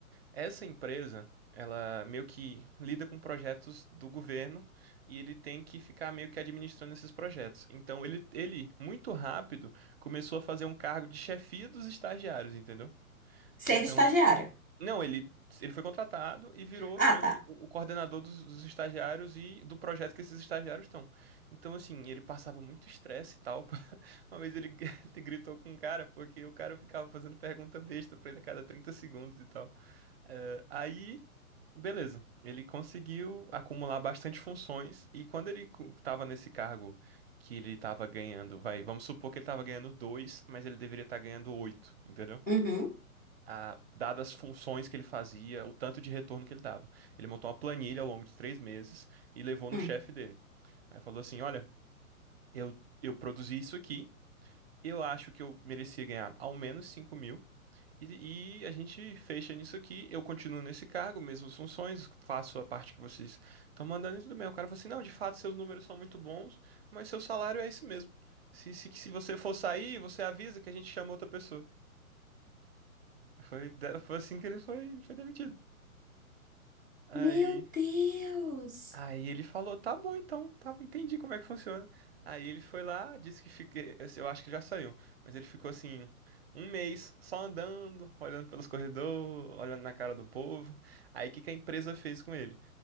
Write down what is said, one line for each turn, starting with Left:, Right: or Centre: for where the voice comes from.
Right: Essa empresa, ela meio que lida com projetos do governo e ele tem que ficar meio que administrando esses projetos. Então ele, ele muito rápido, começou a fazer um cargo de chefia dos estagiários, entendeu? Então
Left: Sendo estagiária.
Right: não, ele, ele foi contratado e virou
Left: Ah,
Right: meio
Left: tá.
Right: que o o coordenador dos, dos estagiários e do projeto que esses estagiários estão. Então, assim, ele passava muito estresse e tal. <laughs> Uma vez ele, ele <laughs> gritou com um cara, porque o cara ficava fazendo pergunta besta pra ele a cada 30 segundos e tal. Eh, aí, beleza, ele conseguiu acumular bastante funções e quando ele cu- tava nesse cargo que ele tava ganhando, vai, vamos supor que ele tava ganhando dois, mas ele deveria estar ganhando oito, entendeu?
Left: Uhum,
Right: a- dadas as funções que ele fazia, o tanto de retorno que ele dava. Ele montou uma planilha ao longo de três meses e levou no
Left: hum.
Right: chefe dele. Aí falou assim: Olha, eu, eu produzi isso aqui, eu acho que eu merecia ganhar ao menos 5 mil. E, e a gente fecha nisso aqui, eu continuo nesse cargo, mesmas funções, faço a parte que vocês estão mandando e tudo bem. O cara falou assim: não, de fato seus números são muito bons, mas seu salário é esse mesmo. Se, se, se você for sair, você avisa que a gente chama outra pessoa. Foi, da- foi assim que ele foi, foi demitido. Aí
Left: Meu Deus!
Right: Aí ele falou, tá bom então, tá, entendi como é que funciona. Aí ele foi lá, disse que fiquei, assim, eu acho que já saiu, mas ele ficou assim um mês só andando, olhando pelos corredores, olhando na cara do povo. Aí o que que a empresa fez com ele?